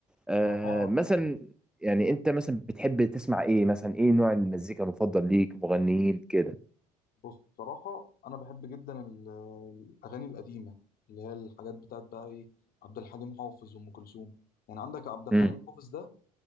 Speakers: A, in the centre; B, on the left.
A: آه
B: ما هو
A: مثلا يعني انت مثلا بتحب تسمع ايه مثلا ايه نوع المزيكا المفضل ليك مغنيين كده
B: بص بصراحة أنا بحب جدا ال- الأغاني القديمة اللي هي الحاجات بتاعت بقى ايه عبد الحليم حافظ وأم كلثوم يعني عندك عبد الحليم
A: امم
B: حافظ ده